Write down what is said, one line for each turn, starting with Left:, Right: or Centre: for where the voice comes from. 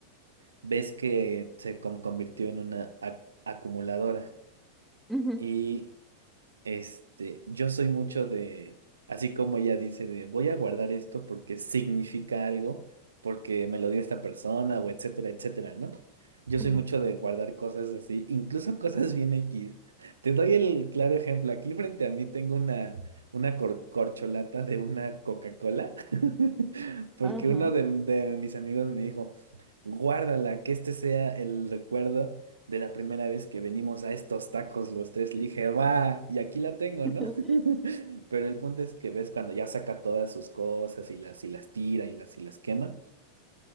Right: ves que se con- convirtió en una ac- acumuladora.
Centre: Ujú,
Right: Y este, yo soy mucho de, así como ella dice, de voy a guardar esto porque significa algo, porque me lo dio esta persona o etcétera, etcétera, ¿no? Yo
Centre: ujú,
Right: soy mucho de guardar cosas así, incluso <laughs> cosas bien X. Te doy el claro ejemplo. Aquí frente a mí tengo una, una cor- corcholata de una Coca-Cola, <laughs> porque
Centre: Ajá.
Right: uno de, de mis amigos me dijo, guárdala, que este sea el recuerdo de la primera vez que venimos a estos tacos los tres, le dije, va, y aquí la tengo,
Centre: <laughs>
Right: ¿no? <laughs> Pero el punto es que ves cuando ya saca todas sus cosas y las, y las tira y las, y las quema,